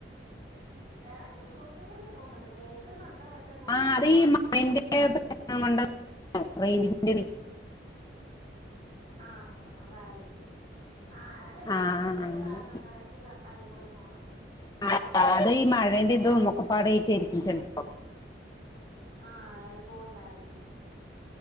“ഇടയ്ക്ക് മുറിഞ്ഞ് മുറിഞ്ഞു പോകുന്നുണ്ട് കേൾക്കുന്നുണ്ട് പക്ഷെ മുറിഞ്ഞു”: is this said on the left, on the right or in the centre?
Right